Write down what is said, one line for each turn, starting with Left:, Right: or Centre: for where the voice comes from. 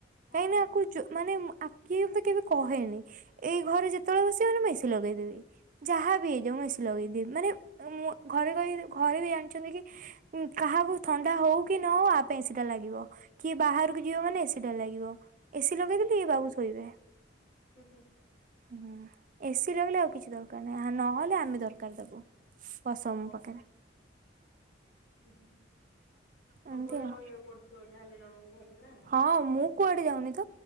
Left: ହଁ
Right: କାହିଁକି ନା ଆକୁ ଜୋ ମାନେ ଆଖି ଏମିତି କେବେ କହେନି, ଏଇ ଘରେ ଯେତେବେଳେ ବସିବ ମାନେ ମୁଁ ଏସି ଲଗେଇଦେବି। ଯାହା ବି ହେଇଯାଉ ମୁଁ ଏସି ଲଗେଇଦିିଏ ମାନେ ମୁଁ ଘରେ କହି ଯେ ଘରେ ବି ଜାଣିଛନ୍ତି କି ଉଁ କାହାକୁ ଥଣ୍ଡା ହଉ କି ନ ହଉ ଆ ପାଇଁ ଏସି ଟା ଲାଗିବ। କି ବାହାରକୁ ଯିବ ମାନେ ଏସି ଟା ଲାଗିବ ଏସି ଲଗେଇ ଦେଲେ ଇଏ ବାବୁ ଶୋଇବେ।
Left: ହୁଁ ହୁଁ।
Right: ହୁଁ ଏସିି ଲଗେଇଲେ ଆଉ କିଛି ଦରକାର ନାହିଁ ଆ ନହେଲେ ଆମେ ଦରକାର ତାକୁ। ବସ ମୋ
Left: ଓହୋ
Right: ପାଖରେ।
Left: <unintelligible>
Right: ଏମିତି
Left: ସବୁବେଳେ
Right: ଆଉ।
Left: ରହିବାକୁ ପଡୁଥିବ ଯାହାହେଲେ ଜଣଙ୍କୁ ଘରେ ନା।
Right: ହଁ ମୁଁ କୁଆଡେ ଯାଉନି ତ,